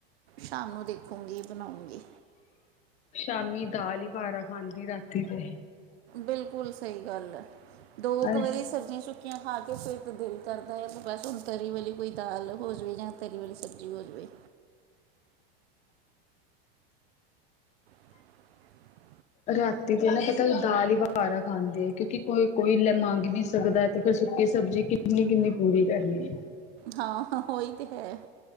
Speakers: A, on the right; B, on the left.
A: ਸ਼ਾਮ ਨੂੰ ਦੇਖੂੰਗੀ ਬਣਾਉਂਗੀ।
B: ਸ਼ਾਮੀ ਦਾਲ ਹੀ ਵਾਰਾ ਖਾਂਦੀ ਏ, ਰਾਤੀ ਤੇ
A: ਬਿਲਕੁਲ ਸਹੀ ਗੱਲ ਐ, ਦੋ
B: ਅੱਛਾ।
A: ਕੁ ਵਾਰੀ ਸਬਜ਼ੀਆਂ ਸੁੱਕੀਆਂ ਖਾ ਕੇ ਫਿਰ ਤੇ ਦਿਲ ਕਰਦਾ ਐ ਤਾਂ ਬਸ ਹੁਣ ਤਰੀ ਵਾਲੀ ਕੋਈ ਦਾਲ ਹੋ ਜਾਵੇ, ਜਾਂ ਤਰੀ ਵਾਲੀ ਸਬਜ਼ੀ ਹੋ ਜਾਵੇ। <inaudible>
B: ਰਾਤੀ ਤੇ ਇਹ ਨਾ ਪਤਾ ਦਾਲ ਹੀ ਵਾਰਾ ਖਾਂਦੇ ਏ, ਕਿਉਂਕਿ ਕੋਈ ਕੋਈ ਲੈ ਮੰਗ ਨੀ ਸਕਦਾ ਤੇ ਸੁੱਕੀ ਸਬਜ਼ੀ ਕਿੰਨੀ- ਕਿੰਨੀ ਪੂਰੀ ਕਰਨੀ ਐ।
A: ਹਾਂ। ਉਹੀ ਤੇ, ਹੈ।